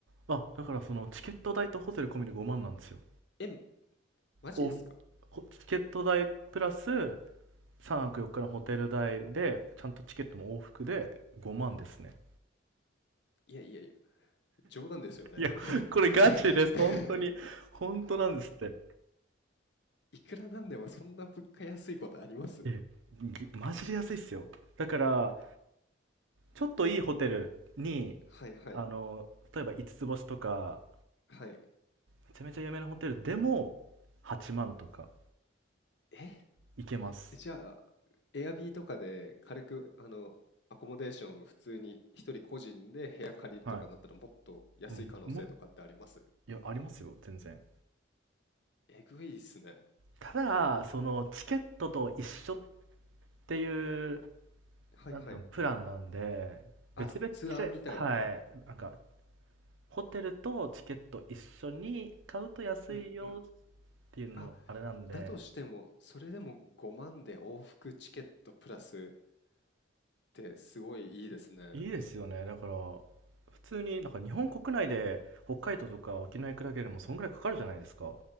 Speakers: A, on the right; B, on the left.
A: あ、だからそのチケット代とホテル込みで5万なんですよ。
B: えマジですか
A: おチケット代プラス3泊4日のホテル代でちゃんとチケットも往復で5万ですね
B: いやいやいや、冗談ですよね。
A: いやこれガチです本当に本当なんですって
B: <laughs> いくらなんでもそんな物価安いことあります
A: ええマジで安いっすよだからちょっといいホテルに
B: はいはい
A: あの例えば五つ星とか
B: はい。
A: めちゃめちゃ有名なホテルでも8万とか
B: え
A: いけます
B: じゃあ、エアビーとかで軽く、あの、アコモデーション普通に一人個人で部屋借りるとかだったらもっと安い可能性とかってあります
A: はい、うん、もいやありますよ全然
B: えぐいっすね。
A: ただそのチケットと一緒っていう
B: はいはい。
A: なんていうの、プランなんで、
B: あ、
A: 別々で、
B: ツアーみたいな。
A: はい、なんか、ホテルとチケット一緒に買うと安いよっ
B: うんうん。
A: ていうの、
B: あ、
A: あれなんで、
B: だとしても、それでも5万で往復チケットプラスってすごいいいですね。
A: いいですよね。だから、普通になんか日本国内で北海道とか沖縄行くだけでもそんぐらいかかるじゃないですか。